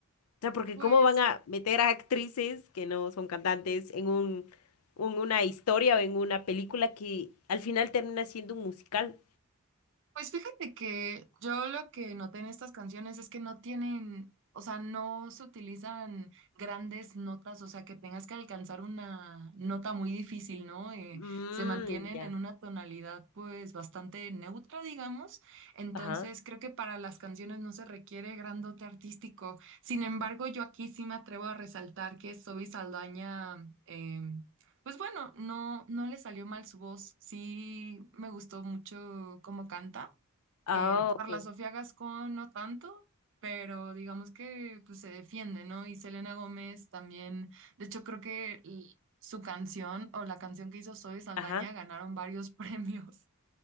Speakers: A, on the left; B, on the right.
A: O sea, porque
B: Pues
A: cómo van a meter a actrices que no son cantantes en un, un- una historia o en una película que al final termina siendo un musical.
B: Pues fíjate que yo lo que noté en estas canciones es que no tienen, o sea, no se utilizan grandes notas, o sea, que tengas que alcanzar una nota muy difícil, ¿no? Eh,
A: Mmm,
B: se mantienen
A: ya.
B: en una tonalidad pues bastante neutra, digamos. Entonces,
A: Ajá.
B: creo que para las canciones no se requiere gran dote artístico. Sin embargo, yo aquí sí me atrevo a resaltar que Zoe Saldaña... em, pues bueno, no, no le salió mal su voz, sí me gustó mucho cómo canta.
A: Ah,
B: Em, Carla
A: ok.
B: Sofía Gascón no tanto, pero digamos que pues, se defiende, ¿no? Y Selena Gómez también, de hecho creo que l- su canción o la canción que hizo Zoe Saldaña
A: Ajá.
B: ganaron varios <laughs> premios.